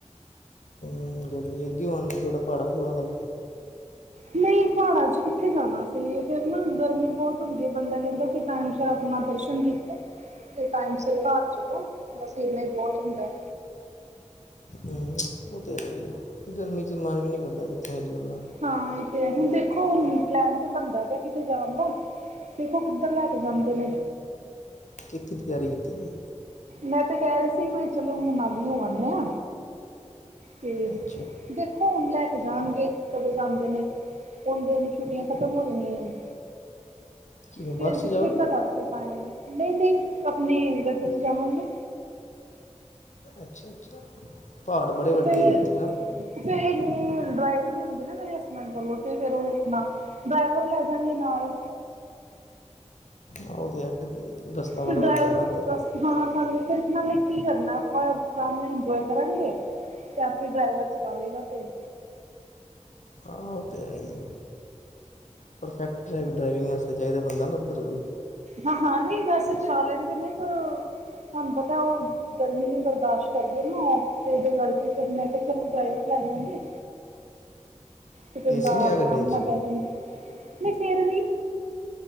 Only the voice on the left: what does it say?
ਹਮ ਗਰਮੀ ਅਗੇ ਹੋ ਆਦੇਂ ਥੋੜਾ ਪਹਾੜਾ ਪਹੂੜਾ ਵੱਲ
ਹਮ। ਔਹ ਤੇ ਹੈ ਹੀ ਹੈ, ਗਰਮੀ ਚ ਮਨ ਵੀ ਨਹੀਂ ਕਰਦਾ ਕਿੱਥੇ ਨਿਕਲਣ ਦਾ।
ਕਿਥੇ ਦੀ ਤਿਆਰੀ ਕੀਤੀ ਦੀ ਐ।
ਅੱਛਾ
ਕਿਵੇਂ ਬੱਸ
'ਚ ਜਾਓਗੇ
ਅੱਛਾ, ਅੱਛਾ। ਪਹਾੜ ਬੜੇ ਵੱਡੇ
ਹੈਗੇ ਉੱਥੇ ਨਾ
ਔਹ ਤੇ ਹੈ ਰਸਤਾ ਬੜਾ
ਵੱਡਾ ਨਾ ਔਦਰ ਦਾ।
ਹਾਂ ਉਹ ਤੇ ਹੈਹੀ ਹੈ। ਪ੍ਰਫੈਕਟ ਡਰਾਈਵਰ ਡਰਾਈਵਿੰਗ ਵਾਸਤੇ ਚਾਹੀਦਾ ਬੰਦਾ ਨਾ ਉੱਧਰ ਕੋਈ।
ਏਸੀ ਨਹੀਂ
ਹੈਗਾ
ਗੱਡੀ 'ਚ